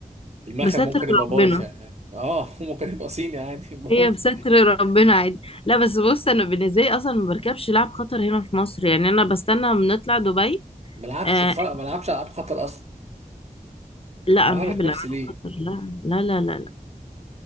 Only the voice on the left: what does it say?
بستر
ربنا
هي بستر ربنا عادي لا بس بص انا بالنسبة لي اصلا ما بركبش لعب خطر هنا في مصر يعني انا بستنى بنطلع دبي
آه،
لا
انا
بحب الالعاب
الخطر لا لا لا لا لا,